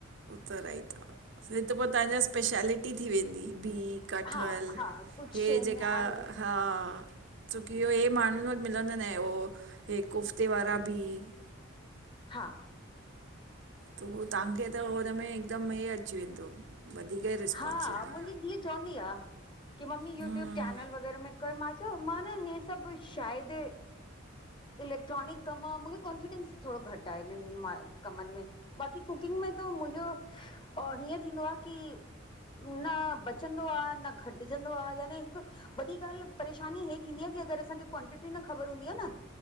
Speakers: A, on the right; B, on the left.
A: त राइट आ, फिर त पो तव्हांजा स्पेशेलिटी थी वेंदी बीह कठहल
B: हा हा
A: इहे
B: कुझु शयुनि
A: जेका
B: में आहे
A: हा छोकी इहो इहे माण्हुनि वटि मिलंदां आनि ऐ उहो इहे कोफ़्ते वारा बिह
B: हा
A: त उहो तहांखे त हुनमें हिकदमि हे अची वेंदो वधीक ई रिस्पॉन्स
B: हा,
A: ईंदो
B: मुंहिंजी धीउ चवदी आ कि मम्मी यू
A: हम्म
B: टूयब चेनल वग़ैरह में कर मां चयो न हे सभु शायदि इलेक्ट्रॉनिक कमु आ, मूंखे कॉन्फिडेंस थोरो घटि आहे इननि मां कमनि में बाक़ी कुकिंग में त मुंहिंजो हीअं थींदो आ की न बचंदो आ, न घटिजंदो आ यानी हिक वॾी ॻाल्हि परेशानी हे थींदी आ की अगरि असांखे क्वांटिटी न ख़बर हूंदी आ न